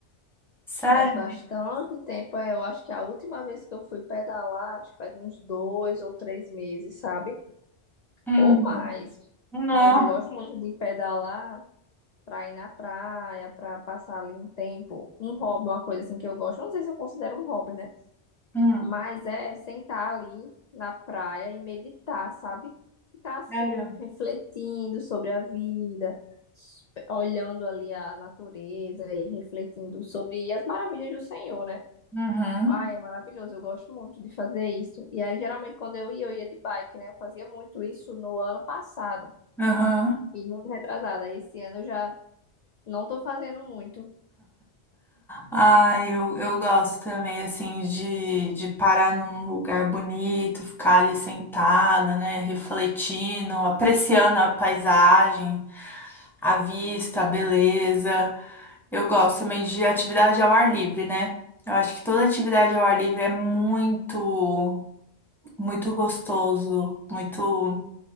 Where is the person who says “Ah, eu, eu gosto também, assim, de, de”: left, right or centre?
Centre